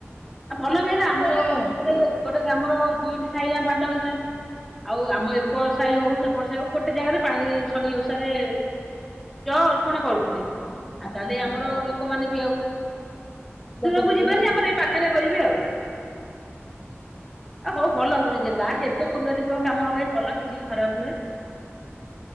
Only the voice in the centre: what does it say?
ଆଉ ଭଲ ବି ହେଲା ଆମର
ଯେତେବେଳେ। ଗୋଟେ ଗ୍ରାମର ଦୁଇଟି ସାହିରେ ଆମେ ବାଣ୍ଟ ହେଇଛନ୍ତି ଆଉ ଆମ ଏପଟ ସାହି ହଉ। ବର୍ଷାକୁ ଗୋଟେ ଜାଗାରେ ପାଣି ଶନି ଓଷାରେ ଜ ଅର୍ପଣ
କରୁଥିଲେ ଆ
ତାହେଲେ
ଆମର ଲୋକମାନେ ବି ଆଉ
ଦୂରକୁ ଯିବେନି ଆମର
ଏଇ ପାଖରେ କରିବେ ଆଉ। ହ ହଉ ଭଲ ଲାଗୁନି ଯେ ଗାଁରେ ଜେ ଯେତେବି ଉନ୍ନତି ମୂଳକ କାମହବ ବି ଭଲ କିଛି ଖରାପ ନୁହେଁ।